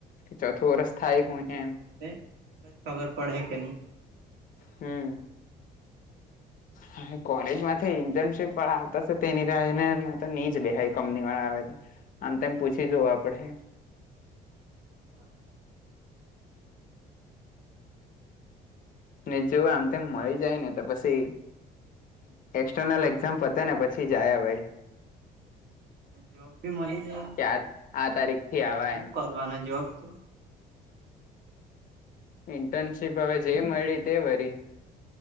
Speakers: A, on the left; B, on the right.
A: કે ચોથું વરષ થાય હું એમ.
B: જ ખબર પડે કે નહી
A: હમ્મ. હા કોલેજમાંથી ઇન્ટર્નશીપ વા આવતાશે તેની લને ની જ બેહ કંપની વા આવે આમ તેમ પૂછી જવું આપડે.
B: <inaudible>
A: ને જો આમ તેમ મળી જાય ને તો પછી. એક્સટર્નલ એક્ઝામ પતા ને પછી જયા આવીએ.
B: જોબ ભી મળી જાય
A: કે
B: તો
A: આ તારીખ થી આવા
B: હું
A: એમ
B: કરવાના જોબ તો
A: ઇન્ટર્નશીપ હવે જે મળી તે વરી.